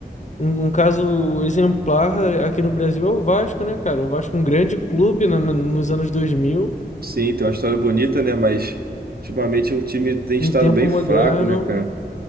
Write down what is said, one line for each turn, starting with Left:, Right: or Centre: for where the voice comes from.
Left: Um, um caso exemplar aqui no Brasil é o Vasco, né, cara? O Vasco, é um grande clube na- na- nos anos 2000.
Right: Sim, tem uma história bonita, né? Mas ultimamente o time tem estado
Left: Em tempo
Right: bem
Left: moderno,
Right: fraco, né, cara?